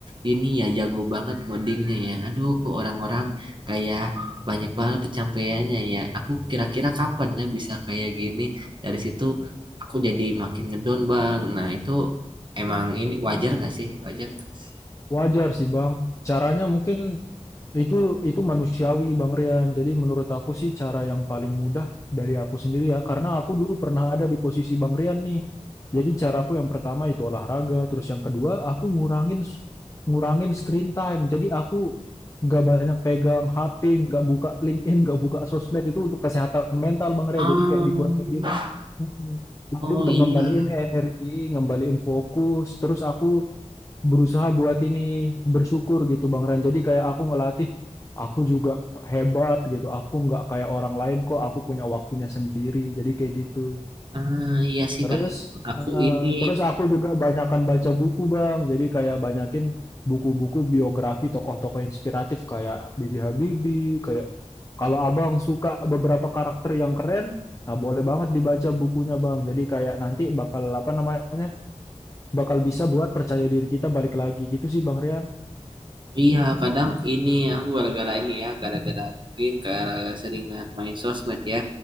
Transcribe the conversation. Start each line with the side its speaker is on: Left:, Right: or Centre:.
Right: ini ya jago banget ngodingnya ya. Aduh, kok orang-orang kayak banyak banget pencapaiannya ya. Aku kira-kira kapan ya bisa kayak gini. Dari situ aku jadi makin ngedown, Bang. Nah, itu emang ini wajar nggak sih? Wajar nggak sih?
Left: Wajar sih Bang. Caranya mungkin itu itu manusiawi Bang Rian. Jadi menurut aku sih cara yang paling mudah dari aku sendiri ya, karena aku dulu pernah ada di posisi Bang Rian nih. Jadi caraku yang pertama itu olahraga, terus yang kedua aku ngurangin ngurangin screen time. Jadi aku nggak banyak pegang HP, nggak buka LinkedIn, nggak buka sosmed itu untuk kesehatan mental Bang Rian.
Right: Oh,
Left: Jadi kayak dikurangin gitu. Mm-mm. Jadi
Right: oh
Left: untuk
Right: iya.
Left: ngembaliin energi, ngembaliin fokus, terus aku berusaha buat ini bersyukur gitu Bang Ran. Jadi kayak aku ngelatih, aku juga hebat gitu. Aku nggak kayak orang lain kok. Aku punya waktunya sendiri. Jadi kayak gitu.
Right: Ah, iya sih,
Left: Terus
Right: Kak. Aku
Left: eh, eh,
Right: ini
Left: terus aku juga banyakan baca buku Bang. Jadi kayak banyakin buku-buku biografi tokoh-tokoh inspiratif kayak B J Habibie, kayak kalau Abang suka beberapa karakter yang keren, nah boleh banget dibaca bukunya Bang. Jadi kayak nanti bakal apa namanya? bakal bisa buat percaya diri kita balik lagi gitu sih Bang Rian.
Right: Iya, kadang ini ya, aku gara-gara ini ya, gara-gara mungkin ke seringan main sosmed ya.